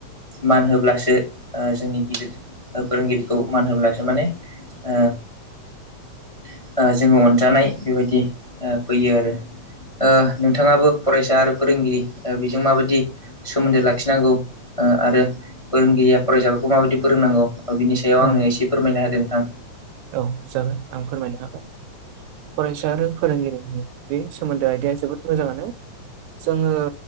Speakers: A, on the left (about 25°); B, on the right (about 80°).
A: मान होब्लासो ओ जोंनि गिदिर ओ फोरोंगिरिखौ मान होब्लासो माने ओ ओ जोङो अनजानाय बेबायदि ओ फैयो आरो ओ नोंथाङाबो फरायसा आरो फोरोंगिरि ओ बेजों माबायदि सोमोन्दो लाखिनांगौ ओ आरो फोरोंगिरिया फरायसाफोरखौ माबायदि फोरोंनांगौ बिनि सायाव आंनो
B: औ
A: एसे फोरमायना होदों नोंथां।
B: औ जागोन आं फोरमायनो हागोन फरायसा आरो फोरोंगिरिनि बे सोमोन्दोआ आयदया जोबोद मोजाङानो जोङो